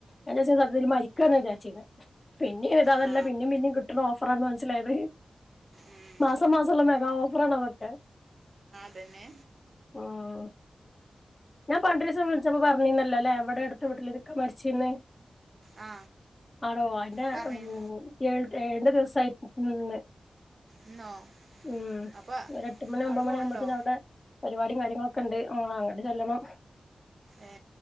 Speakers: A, on the left (about 30°); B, on the right (about 50°).
A: എന്നാച്ചാല് സത്യത്തിൽ മരിക്കന്നാ വിചാരിച്ചിന്നെ പിന്നിം ഇത് ഇതിദല്ല
B: ആ
A: പിന്നിം പിന്നിം കിട്ടണ ഓഫറാന്ന് മനസ്സിലായത്
B: ഉം.
A: മാസം മാസം ഒള്ള മെഗോഓഫറാണ് അതൊക്കെ
B: ഇതന്നെ
A: ഉം ഞാൻ പണ്ട് ഒരീസം വിളിച്ചപ്പോ പറഞ്ഞിന്നല്ലോ അല്ലേ ഇവ്ടെ അടുത്ത് വീട്ടിലെ ഒരിക്ക മരിച്ചിന്ന്
B: ആ
A: ആണോ അയിന്റെ
B: പറഞ്ഞു
A: ഉം ഏഴ് ഏഴിന്റെ ദിവസായിന്ന് <unintelligible>
B: എന്നോ
A: ഉം
B: അപ്പൊ
A: ഒര് എട്ട് മണി ഒമ്പത്
B: അവിടെ പോകണ്ടോ
A: മണിയാവകുമ്പത്തിന് അ ഇവിടെ പരിപാടിയും കാര്യങ്ങളൊക്കെ ഇണ്ട് അങ്ങ അങ്ങട്ട് ചെല്ലണം
B: ഏ